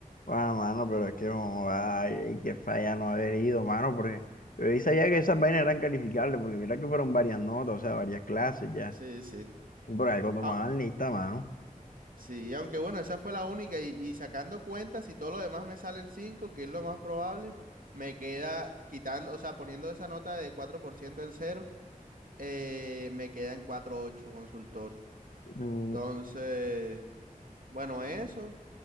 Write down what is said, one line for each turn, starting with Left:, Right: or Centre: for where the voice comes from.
Left: Ah, mano, pero es que, oh, ay, qué falla no haber ido, mano, porque yo sabía que esas vainas eran calificables, porque mira que fueron varias notas, o sea, varias clases ya.
Right: Sí, sí.
Left: Por algo tomaban
Right: Ah,
Left: lista, mano.
Right: sí, aunque bueno, esa fue la única. Y, y sacando cuentas, si todo lo demás me salen cinco que es lo más probable, me queda quitando, o sea, poniendo esa nota de 4% en cero, eh, me queda en cuatro coma ocho consultorio.
Left: Mm,
Right: Entonces, bueno, eso.